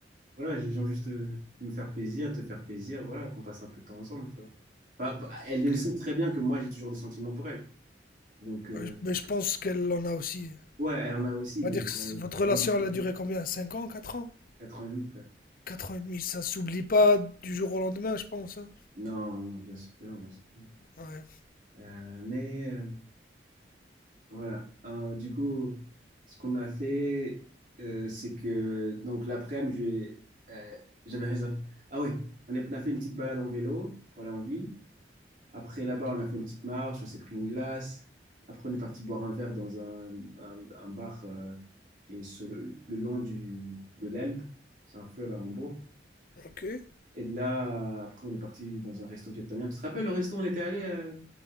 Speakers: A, on the right (about 45°); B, on the left (about 50°).
A: Voilà, je viens juste euh, me faire plaisir, te faire plaisir, voilà, qu'on passe un peu de temps ensemble, tu vois. Bah, bah, elle
B: Ok.
A: le sait très bien que moi, j'ai toujours des sentiments pour elle. Donc, euh,
B: Ouais, je- Mais je pense qu'elle en a aussi.
A: ouais, elle en a aussi,
B: On
A: mais
B: va dire
A: j'en
B: que c-
A: ai
B: votre
A: tellement
B: relation,
A: pour
B: elle a duré combien? 5 ans, Quatre ans?
A: 4 ans et demi, frère.
B: 4 ans et demi, ça s'oublie pas du jour au lendemain, je pense, hein.
A: Non, non, bien sûr que non, bien sûr que non.
B: Ouais.
A: Euh, mais euh, voilà, Euh, du coup, ce qu'on a fait, euh, c'est que, donc l'après-midi, j'ai, euh, j'avais réservé. Ah oui, on est- on a fait une petite balade en vélo pour aller en ville. Après, là-bas, on a fait une petite marche, on s'est pris une glace. Après, on est parti boire un verre dans un, un- un bar euh, qui est sur le, le long du, de l'Elbe. C'est un fleuve à Hambourg.
B: Ok. Ouais,
A: Et de là, euh, après, on est parti dans un resto vietnamien. Tu te rappelles le resto où on était allé euh,